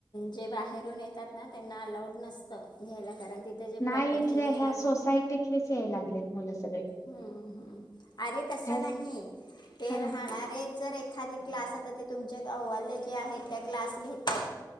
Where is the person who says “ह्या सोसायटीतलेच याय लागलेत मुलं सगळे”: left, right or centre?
Left